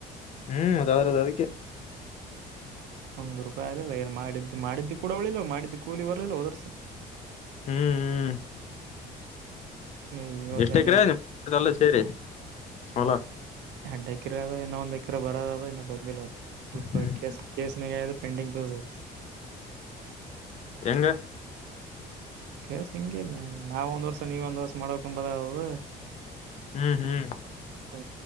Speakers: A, on the left (about 45°); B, on the right (about 80°).
A: ಹ್ಮ್ ಅದ್ರದ ಅದಕ್ಕೆ.
B: ಒಂದು ರೂಪಾಯಿ, ಆಗ್ಲಿಲ್ಲ, ಏನು, ಮಾಡಿದ್ದು, ಮಾಡಿ, ಕೂಲಿ, ಬರ್ಲಿಲ್ಲ, ವರ್ಷ. <inaudible>
A: ಹ್ಮ್, ಹ್ಮ್. <unintelligible>
B: ಈ ವರ್ಷ
A: ಎಷ್ಟೇ
B: ಹಂಗೆ
A: ಎಕರೆ, ಅದೆ, ಟೋಟಲ್, ಎಲ್ಲ ಸೇರಿ, ಹೌದ. <inaudible>
B: ಎರಡ್ ಎಕರೆ ಅದ ಇನ್ನೊ ಒಂದ್ ಎಕರೆ ಬರೋ ಅದ ಇನ್ನ ಬಂದಿಲ್ಲ ಅದು. ಸ್ವಲ್ಪ
A: ಹ್ಮ್
B: ಕೇಸ್ ಕೇಸಿನದು ಪೆಂಡಿಂಗ್ ಬೀದೀದ್ದ.
A: ಹೆಂಗ,
B: ಕೆಸ ಹಿಂಗೆ ನಾವ್ ಒಂದ್ ವರ್ಷ ನೀವ ಒಂದ್ ವರ್ಷ ಮಾಡ್ಬೇಕಕ್ಂಬದದು.
A: ಹ್ಮ್ ಹ್ಮ್.
B: ಹ